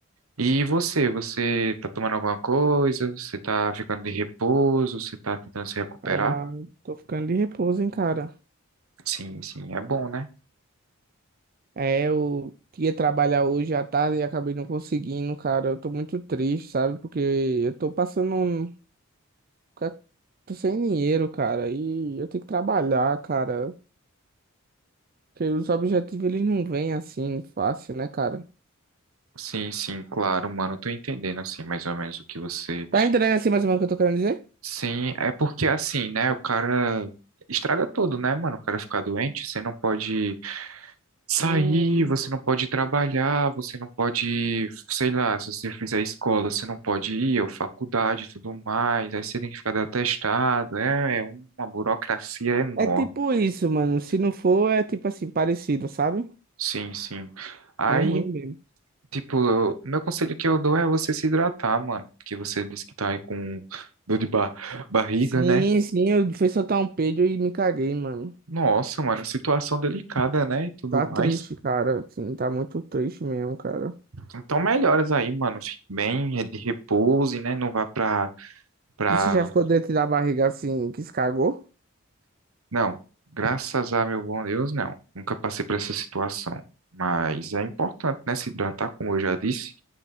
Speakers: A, on the right; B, on the right.
A: E você? Você tá tomando alguma coisa? Você tá ficando de repouso? Você tá tentando se recuperar?
B: Ah, tô ficando de repouso, hein, cara.
A: Sim, sim, é bom, né?
B: É, eu ia trabalhar hoje à tarde e acabei não conseguindo, cara. Eu tô muito triste, sabe? Porque eu tô passando. um- ca- Tô sem dinheiro, cara. E eu tenho que trabalhar, cara. Porque os objetivos, eles não vêm assim, fácil, né, cara?
A: Sim, sim, claro, mano. eu Tô entendendo, assim, mais ou menos o que você
B: Tá entendendo assim mais ou menos o que eu tô querendo dizer?
A: Sim, é porque assim, né? O cara estraga tudo, né, mano? O cara fica doente, você não pode sair,
B: Hum.
A: você não pode trabalhar, você não pode, sei lá, se você fizer escola, você não pode ir, ou faculdade e tudo mais, aí você tem que ficar dando atestado, é, é uma burocracia enorme.
B: É tipo isso, mano. Se não for, é tipo assim, parecido, sabe?
A: Sim, sim. Aí,
B: Bem ruim mesmo.
A: tipo, eu- meu conselho que eu dou é você se hidratar, mano, porque você disse que tá aí com dor de ba barriga,
B: Sim,
A: né?
B: sim, eu fui soltar um peido e me caguei, mano.
A: Nossa, mano, situação delicada, né? E tudo
B: Tá
A: mais.
B: triste, cara. Assim, tá muito triste mesmo, cara.
A: Então, melhoras aí, mano. Fique bem, de repouse, né? Não vá pra, pra...
B: Você já ficou dentro da barriga assim, que se cagou?
A: Não, graças a meu bom Deus, não. Nunca passei por essa situação. Mas é importante, né? Se hidratar, como eu já disse,